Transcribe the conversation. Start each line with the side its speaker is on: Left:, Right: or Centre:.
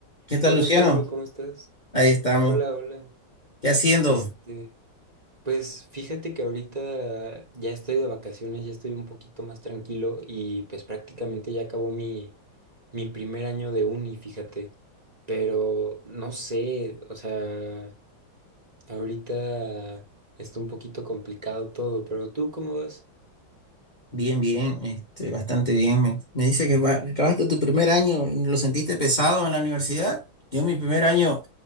Left: ¿Qué tal,
Right: Hola
Left: Luciano?
Right: Pedro, ¿cómo estás?
Left: Ahí estamos.
Right: Hola, hola.
Left: ¿Qué haciendo?
Right: Este, pues fíjate que ahorita ya estoy de vacaciones, ya estoy un poquito más tranquilo y pues prácticamente ya acabó mi, mi primer año de uni, fíjate. Pero no sé, o sea, ahorita está un poquito complicado todo, pero ¿tú cómo vas?
Left: Bien, bien, este, bastante bien. Me, me dice que va- que acabaste tu primer año, ¿lo sentiste pesado en la universidad? Yo mi primer año,